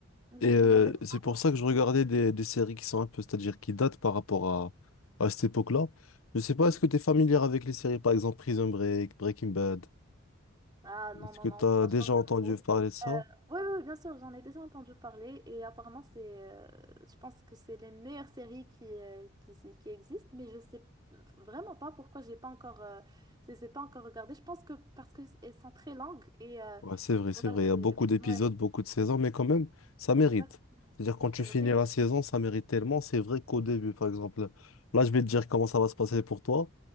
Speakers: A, on the right (about 20°); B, on the left (about 85°).
A: Exactement.
B: Et euh,
A: Bah, c'est-
B: c'est pour ça que je regardais
A: ouais.
B: des, des séries qui sont un peu, c'est-à-dire qui datent par rapport à, à cette époque-là. Je sais pas,
A: Mhm.
B: est-ce que tu es familière avec les séries, par exemple Prison Break, Breaking Bad?
A: Ah non,
B: Est-ce
A: non,
B: que
A: non,
B: tu
A: franchement
B: as déjà
A: pas
B: entendu
A: trop.
B: parler de ça?
A: Euh, oui, oui, oui, bien sûr, j'en ai déjà entendu parler et apparemment, c'est, euh, je pense que c'est les meilleures séries qui, euh, qui, qui existent, mais je sais vraiment pas pourquoi j'ai pas encore, euh, je les ai pas encore regardées. Je pense que parce qu'elles sont très longues et euh,
B: Ouais, c'est vrai,
A: voilà,
B: c'est vrai. Il y a
A: j'ai-
B: beaucoup d'épisodes,
A: ouais,
B: beaucoup de saisons, mais quand même, ça mérite.
A: exactement,
B: C'est-à-dire, quand tu
A: c'est
B: finis
A: vrai.
B: la saison, ça mérite tellement. C'est vrai qu'au début, par exemple, là, je vais te dire comment ça va se passer pour toi.